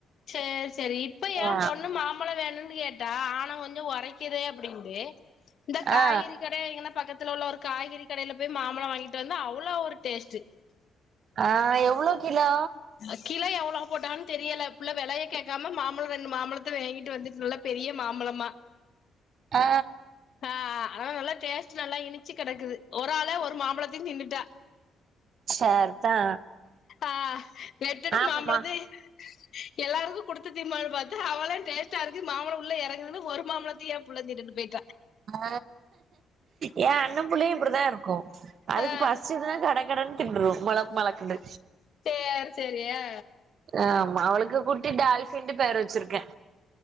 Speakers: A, on the left; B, on the right.
A: செரி செரி இப்ப ஏ
B: ஆ
A: பொண்ணு மாம் பழோ வேணும்னு கேட்டா ஆணோ கொஞ்சோ ஒரைக்குது அப்டின்ட்டு இந்த காய்கறி
B: ஆ
A: கட எங்கனா பக்கத்துல உள்ள ஒரு காய்கறி கடையில போய் மாம்பழோ வாங்கிட்டு வந்து அவ்ளோ ஒரு டேஸ்ட்டு
B: ஆ எவ்ளோ கிலோ
A: அ கிலோ எவ்ளோ போட்டான் தெரியல புள்ள வெலய கேக்காம மாம்பழோ ரெண்டு மாம்பழத்த வேங்கிட்டு வந்துட்டு நல்லா பெரிய மாம்பழமா
B: ஆ
A: அ ஆனா நல்லா டேஸ்ட் நல்லா இனிச்சு கெடக்குது ஒரு ஆளா ஒரு மாம்பழத்தையு தின்னுட்டா
B: சரிதா
A: ஆ நெட்டுட்டு
B: ஆமாமா
A: மாம்பழத்தயு எல்லாருக்கு குடுத்து தீம்போனு பாத்தா அவளே டேஸ்டா இருக்கு மாம்பழோ உள்ள எறங்குதுனு ஒரு மாம்பழத்தயு ஃபுல்லா தின்னுட்டு பொய்ட்டா
B: ஆ ஏ அண்ண புள்ளயு இப்டிதா இருக்கு அதுக்கு
A: ஆ
B: பசிச்சுதுனா கட கடனு தின்ட்ரூ மளக் மளக்குனு
A: சேர் சேரியா
B: ஆமா அவளுக்கு குட்டி டால்ஃபின்டு பேர் வச்சிருக்கே